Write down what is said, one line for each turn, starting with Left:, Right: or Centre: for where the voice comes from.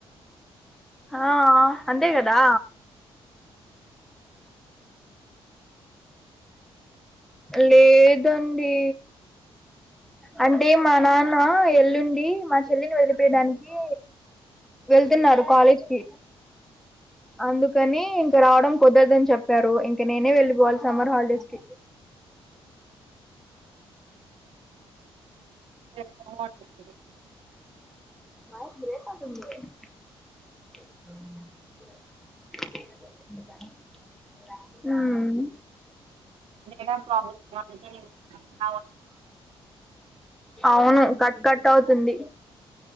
Centre: ఆఆ అంతే కదా లేదండి అంటే మా నాన్న ఎల్లుండి మా చెల్లిని వదిలిపయడానికి వెళ్తున్నారు కాలేజ్కి అందుకని ఇక రావడం కుదరదని చెప్పారు ఇంకా నేనే వెళ్ళిపోవాలి సమ్మర్ హాలిడేస్ కి
Right: <unintelligible>
Centre: వా గురే తే <unintelligible> హుమ్
Right: ప్రబ్ <unintelligible>
Centre: ఆ అవును కట్ కట్ అవుతుంది